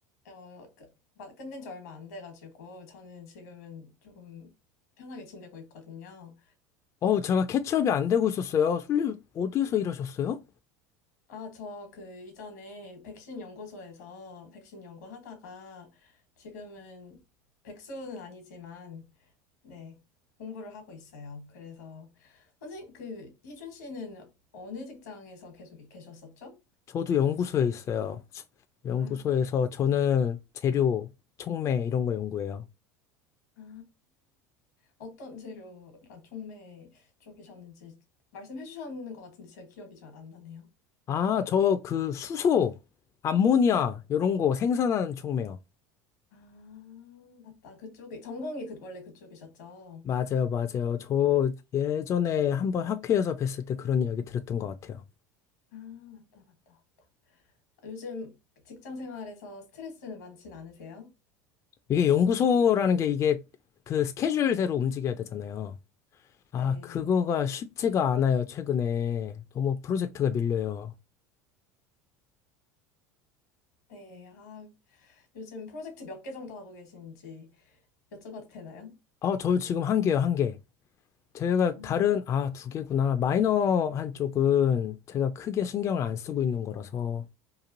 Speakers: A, on the left; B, on the left.
A: 어, 끝, 마- 끝낸 지 얼마 안 돼가지고 저는 지금은 조금 편하게 지내고 있거든요.
B: 어우, 제가 캐치업이 안 되고 있었어요. 솔님, 어디에서 일하셨어요?
A: 아, 저 그 이전에 백신 연구소에서 백신 연구하다가 지금은 백수는 아니지만 네, 공부를 하고 있어요. 그래서 선생님, 그 희준 씨는 어느 직장에서 계속 계셨었죠?
B: 저도 연구소에 있어요. 연구소에서
A: 아, 그러셨구나.
B: 저는 재료, 촉매 이런 거 연구해요.
A: 아, 어떤 재료 라촉매 쪽이셨는지 말씀해 주셨는 것 같은데 제가 기억이 잘 안 나네요.
B: 아, 저 그 수소, 암모니아 이런 거 생산하는 촉매요.
A: 아, 맞다. 그쪽이 전공이 그 원래 그쪽이셨죠?
B: 맞아요, 맞아요. 저 예전에 한번 학회에서 뵀을 때 그런 이야기 들었던 것 같아요.
A: 아, 맞다, 맞다, 맞다. 요즘 직장 생활에서 스트레스는 많진 않으세요?
B: 이게 연구소라는 게 이게 그 스케줄대로 움직여야 되잖아요. 아,
A: 네,
B: 그거가 쉽지가 않아요, 최근에. 너무 프로젝트가 밀려요.
A: 네. 아, 요즘 프로젝트 몇 개 정도 하고 계신지 여쭤봐도 되나요?
B: 아, 저 지금 한 개요, 한 개. 제가
A: 음,
B: 다른, 아, 두 개구나. 마이너 한 쪽은 제가 크게 신경을 안 쓰고 있는 거라서